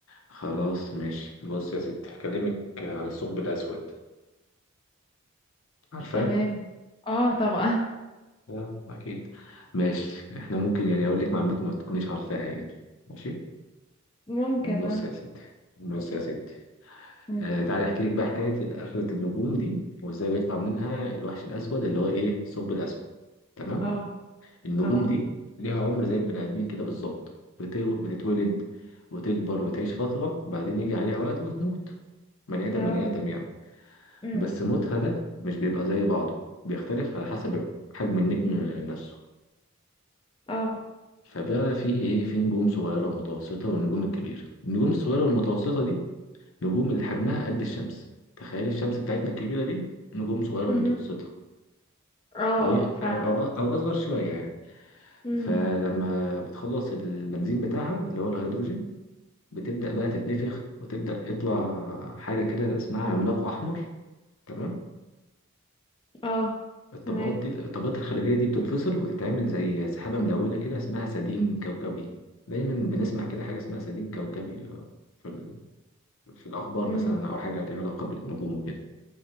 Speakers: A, on the left (about 70°); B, on the left (about 25°).
A: خلاص ماشي بص يا ستي هكلمك عن الثقب الأسود عارفاه؟
B: تمام اه طبعا
A: اه أكيد ماشي إحنا ممكن يعني أقول لك معلومات ما تكونيش عارفاها يعني ماشي
B: <laughs> ممكن
A: بص
B: اه
A: يا ستي بص يا ستي
B: مم.
A: آه تعالي احكي لك بقى حكايه اخره النجوم دي وازاي بيطلع منها الوحش الاسود اللي هو ايه الثقب الاسود تمام
B: اه
A: النجوم
B: اه
A: دي ليها عمر زي البني ادمين كده بالظبط بت- بتتولد وتكبر وتعيش فتره بعدين يجي عليها وقت وتموت بني ادم
B: اه
A: بني ادم يعني
B: مم.
A: بس موتها ده مش بيبقى زي بعضه بيختلف على حسب حجم النجم نفسه
B: اه
A: فبقى في ايه في نجوم صغيره ومتوسطه والنجوم الكبيره النجوم الصغيره والمتوسطه دي نجوم اللي حجمها قد الشمس تخيل الشمس بتاعتنا الكبيرة دي نجوم صغيرة
B: مهم.
A: ومتوسطة
B: اه
A: أو
B: اه فعلا
A: أو أو أو أصغر شوية يعني
B: مم.
A: فلما بتخلص البنزين بتاعها اللي هو الهيدروجين بتبدأ بقى تتنفخ وتبدأ يطلع حاجة كده اسمها عملاق أحمر تمام
B: اه
A: الطبقات
B: تمام
A: دي الطبقات الخارجية دي بتتفصل وتتعمل زي سحابة ملونة كده اسمها سديم كوكبي دايما بنسمع كده حاجة اسمها سديم كوكبي في ال- في الأخبار
B: مم.
A: مثلا أو حاجة ليها علاقة بالنجوم وكده